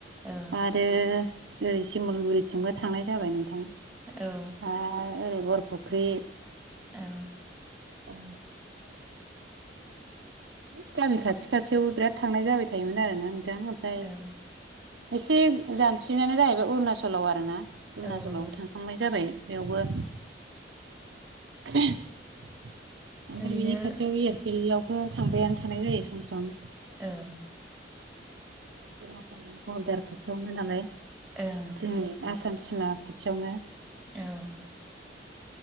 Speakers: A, in the centre; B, on the right.
A: औ
B: आरो ओरै सिमलगुरिथिंबो थांनाय जाबाय नोंथां।
A: औ
B: आरो ओरै बर'फुख्रि
A: औ
B: औ है गामि खाथि खाथियावबो बिराद थांनाय जाबाय थायोमोन आरोना नोंथां ओमफ्राय
A: औ
B: एसे जानसिनानो जाहैबाय अरुणाचलाव आरो ना। अरुणाचलावबो
A: औ ओं
B: थांखांनाय जाबाय बेयावबो ओमफ्राय
A: ओरैनो
B: बिनि खाथियाव एयारफिल्ड आवबो थांबायानो थानाय जायो सम सम
A: औ
B: अरुनाचल बरदार खाथियावनो नालाय
A: ओं
B: जोंनि आसाम सिमा खाथियावनो
A: औ